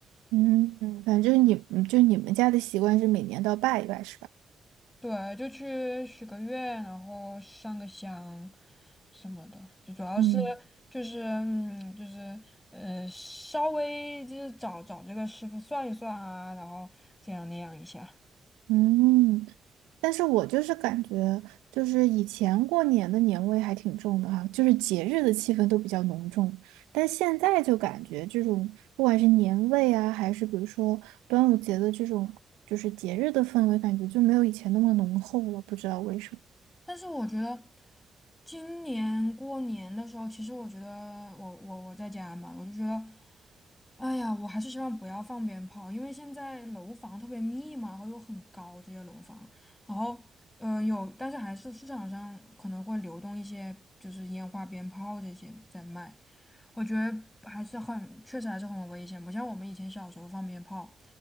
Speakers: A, on the right (about 85°); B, on the left (about 20°).
A: 嗯，反正你嗯就你们家的习惯是每年都要拜一拜，是吧？
B: 对，就去许个愿，然后上个香什么的，就主要是
A: 嗯
B: 就是嗯就是呃稍微就是找找这个师傅算一算啊，然后这样那样一下。
A: 嗯，但是我就是感觉，就是以前过年的年味还挺重的哈，就是节日的气氛都比较浓重，但现在就感觉这种不管是年味啊，还是比如说端午节的这种就是节日的氛围，感觉就没有以前那么浓厚了，不知道为什么。
B: 但是我觉得今年过年的时候，其实我觉得我我我在家嘛，我就觉得，哎呀，我还是希望不要放鞭炮，因为现在楼房特别密嘛，然后又很高这些楼房，然后呃有，但是还是市场上可能会流动一些就是烟花鞭炮这些在卖，我觉得还是很，确实还是很危险，不像我们以前小时候放鞭炮，